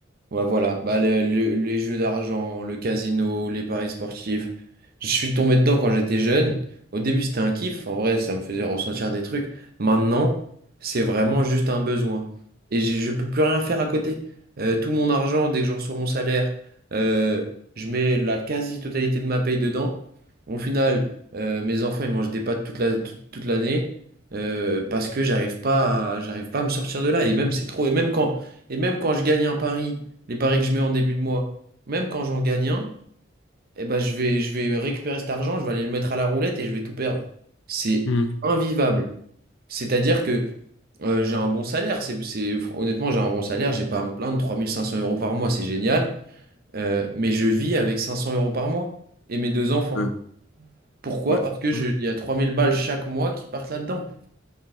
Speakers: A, on the right; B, on the left.
A: Ouais, voilà. Bah, le- le- les jeux d'argent, le casino, les paris sportifs. Je suis tombé dedans quand j'étais jeune. Au début, c'était un kiff. En vrai, ça me faisait ressentir des trucs. Maintenant, c'est vraiment juste un besoin. Et j'ai- je peux plus rien faire à côté. Euh, tout mon argent, dès que je reçois mon salaire, euh, je mets la quasi-totalité de ma paye dedans. Au final, euh, mes enfants, ils mangent des pâtes toute la, toute, toute l'année. euh, parce que j'arrive pas à, j'arrive pas à me sortir de là. Et même, c'est trop. Et même quand, et même quand je gagne un pari les paris que je mets en début de mois, même quand j'en gagne un, eh ben je vais, je vais récupérer cet argent, je vais aller le mettre à la roulette et je vais tout perdre. C'est
B: Hmm.
A: invivable. C'est-à-dire que euh, j'ai un bon salaire. C'est, c'est- honnêtement, j'ai un bon salaire, j'ai pas à me plaindre. trois mille cinq cents euros par mois, c'est génial. Euh, mais je vis avec 500 euros par mois et mes deux enfants.
B: Ouais.
A: Pourquoi?
B: Bah,
A: Parce que je,
B: ouais.
A: il y a 3000 balles chaque mois qui partent là-dedans.